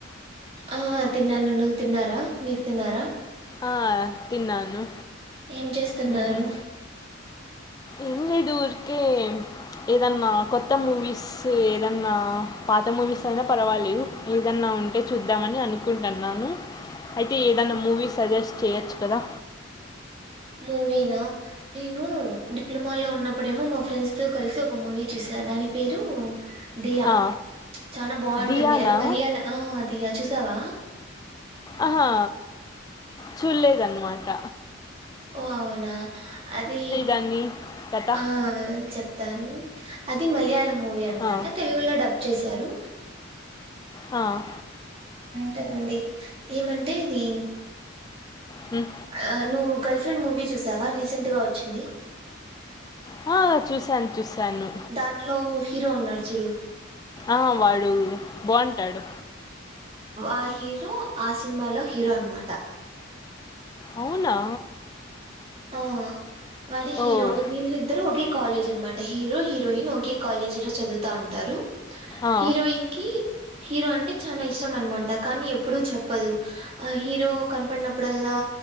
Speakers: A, on the right (about 30°); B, on the left (about 20°).
A: ఆ తిన్నాను నువ్వు తిన్నారా మీరు తిన్నారా
B: ఆ తిన్నాను
A: ఏం చేస్తున్నారు
B: హ్మ్. ఏం లేదు ఊరికే ఏదన్నా కొత్త మూవీస్, ఏదన్నా పాత మూవీస్ అయినా పర్వాలేదు ఏదన్నా ఉంటే చూద్దామని అనుకుంటన్నాను. అయితే ఏదన్నా మూవీ సజెస్ట్ చేయచ్చు కదా
A: మూవీనా నేను డిప్లొమా లో ఉన్నప్పుడేమో మా ఫ్రెండ్స్ తో కలిసి ఒక మూవీ చూసా దాని పేరు దియా
B: ఆ!
A: చానా బాగుంటుంది
B: 'దియానా'
A: అది మళియాళ ఆ దియా చూస్ తవా
B: ఆహా చూల్లేదన్నమాట
A: ఓ అవునా అదీ
B: దాని కథ?
A: ఆ చెప్ దాని అది మలయాళం మూవీ అన్నమాట,
B: ఆ!
A: తెలుగులో డబ్ చేశారు.
B: ఆ.
A: తెండీ, ఏమంటే ఇది.
B: హ్మ్.
A: ఆ నువ్వు. గర్ల్‌ఫ్రెండ్ మూవీ చూశావా? రీసెంట్‌గా వచ్చింది.
B: హా ఆ! చూశాను చూశాను.
A: దాంట్లో హీరో ఉన్నాడు చూడు.
B: ఆ, వాడు బావుంటాడు.
A: అ హీరో ఆ సినిమాలో హీరో అనమాట.
B: అవునా!
A: ఆ వాడి హీరో,
B: ఓహ్!
A: వీళ్లిద్ ద్దరూ ఒకే కాలేజ్ అన్నమాట హీరో హీరోయిన్ ఒకే కాలేజ్ లో చదువుతా ఉంటారు
B: ఆ!
A: హీరోయిన్ కీ హీరో అంటే చానా ఇష్టం అన్నమాట కానీ ఎప్పుడూ చెప్పదు ఆ హీరో కనపడినప్పుడల్లా